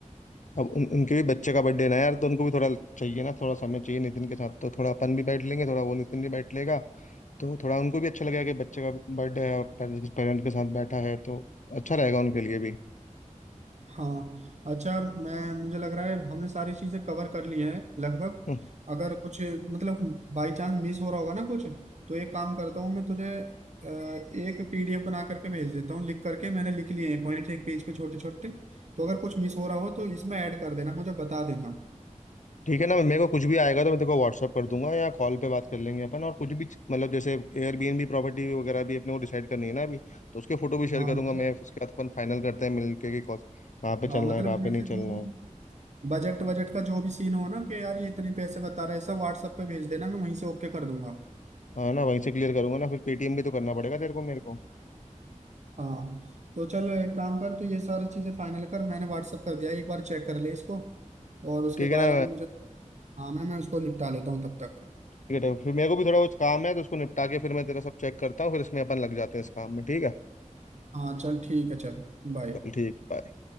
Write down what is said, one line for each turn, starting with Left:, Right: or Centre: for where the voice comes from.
Left: अब उन, उनके भी बच्चे का बर्थडे ना यार तो उनको भी थोड़ा चाहिए ना थोड़ा समय चाहिए नितिन के साथ तो थोड़ा अपन भी बैठ लेंगे थोड़ा वो नितिन भी बैठ लेगा तो थोड़ा उनको भी अच्छा लगेगा कि बच्चे का बर्थडे है पेरेंट्स के साथ बैठा है तो अच्छा रहेगा उनके लिए भी
Right: हाँ अच्छा मैं मुझे लग रहा है हमने सारी चीजें कवर कर ली हैं लगभग
Left: हम्म,
Right: अगर कुछ मतलब बाई चांस मिस हो रहा होगा ना कुछ तो एक काम करता हूँ मैं तुझे अ, एक पीडीएफ बना करके भेज देता हूँ लिख करके मैंने लिख लिए हैं पॉइंट एक पेज पे छोटे छोटे तो अगर कुछ मिस हो रहा हो तो इसमें ऐड कर देना मुझे बता देना
Left: ठीक है ना मेरे को कुछ भी आएगा तो मैं तेरे को व्हाट्सअप कर दूंगा या कॉल पे बात कर लेंगे अपन और कुछ भी मतलब जैसे एयरबीएनबी प्रॉपर्टी वगैरह भी अपने को डिसाइड करनी है ना अभी तो उसके फोटो भी शेयर
Right: हाँ
Left: करूंगा
Right: बजट
Left: मैं उसके बाद अपन फाइनल करते हैं मिल के कि कौस- कहाँ पे
Right: हाँ
Left: चलना
Right: मतलब
Left: है कहाँ
Right: जैसे
Left: पे नहीं
Right: जो
Left: चलना
Right: भी
Left: है
Right: बजट बजट का जो भी सीन हो ना कि यार ये इतने पैसे बता रहा है सब व्हाट्सएप पे भेज देना मैं वहीं से ओके कर दूंगा
Left: हाँ ना वहीं से क्लियर करूंगा ना फिर पेटीएम भी तो करना पड़ेगा तेरे को मेरे को
Right: हाँ तो चल एक काम कर तो ये सारी चीजें फाइनल कर मैंने व्हाट्सअप कर दिया एक बार चेक कर ले इसको और उसके
Left: ठीक है
Right: बाद
Left: ना
Right: में मुझे काम है मैं उसको निपटा लेता हूँ तब तक
Left: ठीक है तो फिर मेरे को भी थोड़ा कुछ काम है तो उसको निपटा के फिर मैं तेरा सब चेक करता हूँ फिर इसमें अपन लग जाते हैं इस काम में ठीक है
Right: हाँ चल ठीक है चल बाय
Left: चल ठीक है, bye।